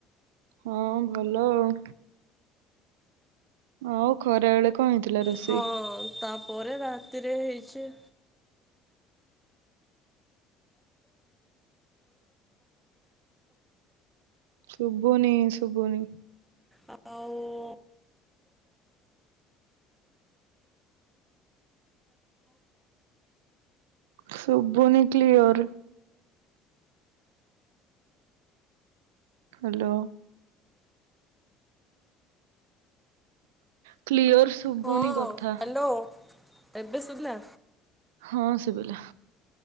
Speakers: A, on the right (about 85°); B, in the centre.
A: ହଁ ଭଲ ଆଉଁ। ଆଉ ଖରା ବେଳେ କଣ ହେଇଥିଲା ରୋଷେଇ?
B: ହଁ ତାପରେ ରାତିରେ ହେଇଚି।
A: ଛୁବୁନି ଶୁବୁନି?
B: ଆ ଆଉ
A: ଶୁବୁନି କ୍ଲିଅର୍? ହାଲୋ। କ୍ଲିୟର ଶୁଭୁନି
B: ହଁ
A: କଥା
B: ହାଲୋ ଏବେ ଶୁବିଲା?
A: ହଁ ଶୁବିଲା।